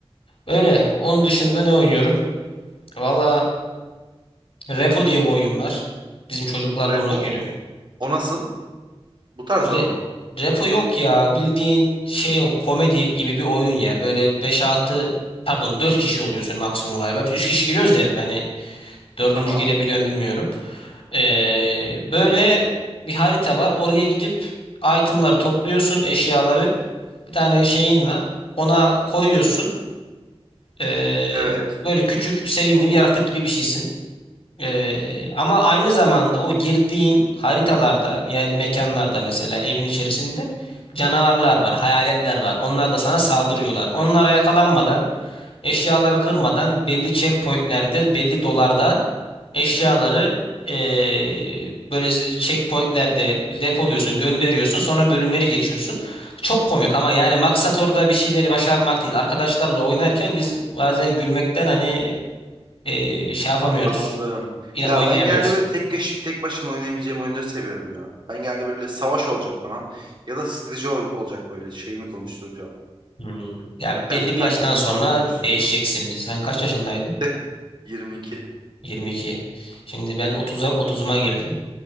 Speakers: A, on the left; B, on the right.
A: Öyle. Onun dışında ne oynuyorum? Valla Repo diye bir oyun var. Bizim çocuklarla
B: Repo
A: ona giriyor.
B: o nasıl? Bu tarzda
A: Re-
B: mı?
A: Repo yok ya. Bildiğin şey o komedi gibi bir oyun ya. Böyle beş altı pardon 4 kişi oluyorsun maksimum galiba. Biz 3 kişi giriyoruz da hep hani Dördüncü
B: Tamam.
A: gelebiliyorum bilmiyorum. Ee, böyle bir harita var. Oraya gidip itemları topluyorsun, eşyaları. Bir tane şeyin var. Ona koyuyorsun. Ee,
B: Evet.
A: böyle küçük, sevimli bir yaratık gibi bir şeysin. Ee, ama aynı zamanda o girdiğin haritalarda, yani mekanlarda mesela evin içerisinde canavarlar var, hayaletler var. Onlar da sana saldırıyorlar. Onlara yakalanmadan Eşyaları kırmadan belli checkpointlerde, belli dolarda eşyaları eee, böyle checkpointlerde depoluyorsun, gönderiyorsun, sonra bölümleri geçiyorsun. Çok komik ama yani maksat orada bir şeyleri başarmak değil. Arkadaşlarla oynarken biz bazen gülmekten hani eee, şey yapamıyoruz.
B: Anladım.
A: Yine
B: Ya
A: oynayamıyoruz.
B: ben genelde böyle tek kişi, tek başıma oynayabileceğim oyunları seviyorum ya. Ben genelde böyle savaş olacak bana ya da strateji ol- olacak böyle şeyimi konuşturacağım.
A: Hmm. Ya belli
B: Yani taktiğimi
A: bir yaştan sonra
B: falan konuşturacağım.
A: değişeceksin. Sen kaç yaşındaydın?
B: <laughs> 22.
A: 22. Şimdi ben 30'a 30'uma girdim.